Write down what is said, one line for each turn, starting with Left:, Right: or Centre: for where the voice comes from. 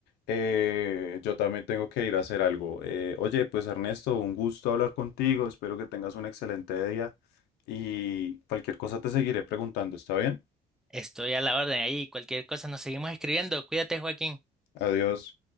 Left: Eh, yo también tengo que ir a hacer algo. Eh, oye, pues Ernesto, un gusto hablar contigo. Espero que tengas un excelente día y cualquier cosa te seguiré preguntando. ¿Está bien?
Centre: Estoy a la orden ahí. Cualquier cosa nos seguimos escribiendo. Cuídate, Joaquín.
Left: Adiós.